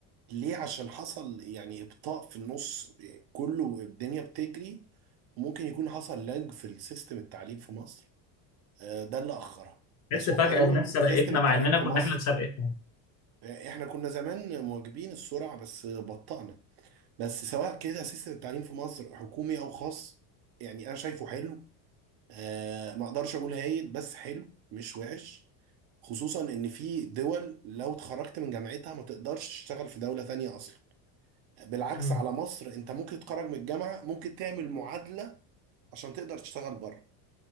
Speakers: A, on the right; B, on the left.
A: ليه عشان حصل يعني ابطاء في النص يعني كله الدنيا بتجري ممكن يكون حصل لاج في السيستم التعليم في مصر آه، ده اللي اخرها
B: بس
A: بس اوفرول
B: فجأة الناس سبقتنا
A: سيستم التعليم
B: مع اننا
A: في
B: كنا
A: مصر
B: احنا سابقين
A: آه، احنا كنا زمان مواكبين السرعه بس آه، بطأنا بس سواء كده سيستم التعليم في مصر حكومي او خاص يعني انا شايفه حلو آه، ما اقدرش اقول هايل بس حلو مش وحش خصوصا ان في دول لو اتخرجت من جامعتها ما تقدرش تشتغل في دوله ثانيه اصلا بالعكس
B: مم.
A: على مصر انت ممكن تتخرج من الجامعه ممكن تعمل معادله عشان تقدر تشتغل بره